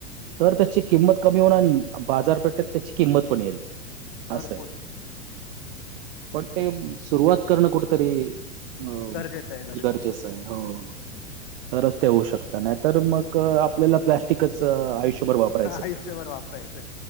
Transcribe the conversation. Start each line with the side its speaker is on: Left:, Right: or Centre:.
Right: तर त्याची किंमत कमी होणार बाजारपेठेत त्याची किंमत पण येईल.
Left: भरपूर.
Right: असं आहे
Left: <inaudible>
Right: पण ते सुरुवात करणं कुठतरी अ
Left: गरजेचं आहे
Right: गरजेचं आहे. हो तरच ते होऊ शकत नाही तर मग आपल्याला प्लास् टिकच आयुष्यभर वापरायचं.
Left: आहे आयुष्यभर वापरायचं